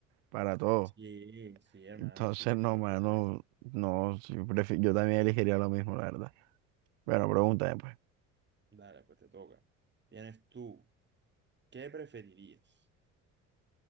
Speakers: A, on the right; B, on the right.
A: Para todo.
B: Sí, sí, hermano,
A: Entonces,
B: sí, definitivamente.
A: no, mano, no, sí, prefi- yo también elegiría lo mismo, la verdad. Bueno, pregúntame, pues.
B: Dale, pues te toca. Vienes tú. ¿Qué preferirías?